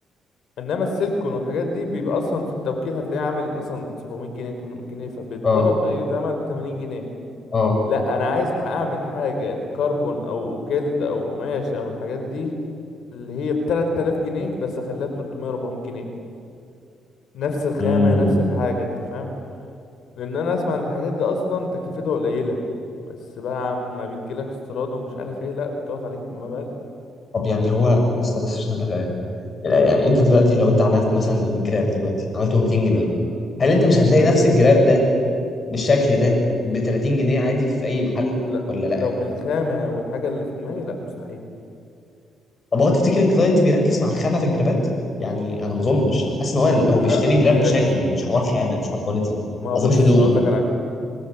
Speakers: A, on the left; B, on the left.
A: انما السيلكون والحاجات دي بيبقى اصلا في التوكيل هتلاقيه عامل مثلا 700 جنيه 800 جنيه فبيتضرب
B: اه
A: بيتعمل ب 80 جنيه
B: اه
A: لا انا عايز اعمل حاجه كربون او جلد او قماش او الحاجات دي اللي هي ب 3000 جنيه بس اخليها ب 300 400 جنيه نفس الخامه
B: امم
A: نفس الحاجه انت فاهم لان انا اسمع ان الحاجات دي اصلا تكلفتها قليله بس بقى عم بتجيلك استيراد ومش عارف ايه لا بتقف عليك بمبالغ
B: طب يعني هو يا اسطى بس عشان ابقى فاهم لا، يعني انت دلوقتي لو انت عملت مثلا جراب دلوقتي عملته 200 جنيه
A: امم
B: هل انت مش هتلاقي
A: حلو
B: نفس الجراب ده بالشكل ده ب 30 جنيه عادي في اي محل
A: لا
B: ولا لا
A: لو بالخامه والحاجه اللي في دماغي لا مستحيل
B: طب هو تفتكر الكلاينت بيركز مع الخامه في الجرابات يعني انا ما اظنش انا حاسس ان هو هو
A: لا
B: بيشتري جراب
A: بيركز
B: بشكل مش حوار خامه مش حوار كواليتي
A: ما هو
B: قصدي
A: بص
B: مش هدوم
A: هقول لك على حاجه